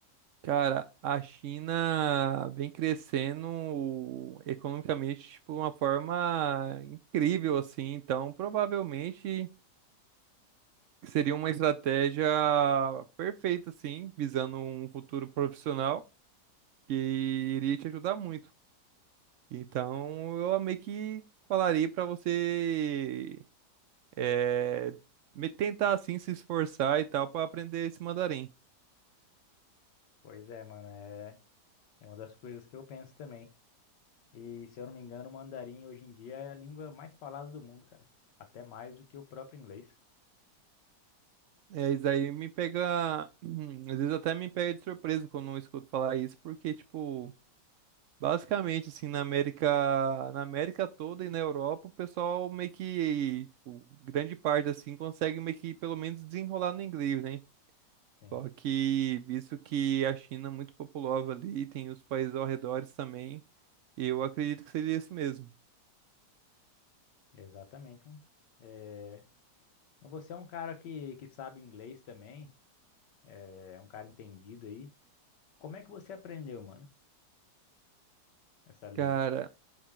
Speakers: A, on the right; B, on the left.
A: Cara, a China vem crescendo economicamente, tipo, de uma forma incrível, assim. Então, provavelmente seria uma estratégia perfeita, assim, visando um futuro profissional. que iria te ajudar muito. Então, eu meio que falaria para você é, me tentar assim se esforçar e tal para aprender esse mandarim.
B: Pois é, mano, é, é uma das coisas que eu penso também. E se eu não me engano, o mandarim hoje em dia é a língua mais falada do mundo, cara. Até mais do que o próprio inglês.
A: É, isso aí me pega, <clears throat> às vezes até me pega de surpresa quando eu escuto falar isso, porque tipo, basicamente assim, na América, na América toda e na Europa, o pessoal meio que, tipo, grande parte assim consegue meio que pelo menos desenrolar no inglês, né?
B: Sim,
A: Só que, visto que a China é muito populosa ali, tem os países ao redor também, eu acredito que seria isso mesmo.
B: exatamente, mano. Eh, Mas você é um cara que, que sabe inglês também, é um cara entendido aí. Como é que você aprendeu, mano, essa língua?
A: Cara,